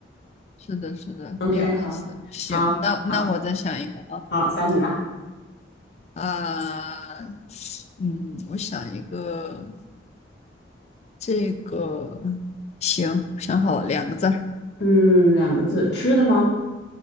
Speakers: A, on the left; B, on the left.
A: 是的，是的，
B: OK，
A: 挺有意思的。
B: 好，
A: 行，
B: 好，
A: 那那我再想一个啊，
B: 好，好，到你了。
A: 啊，嗯，我想一个，这个行，想好了两个字儿，
B: 嗯，两个字，吃的吗？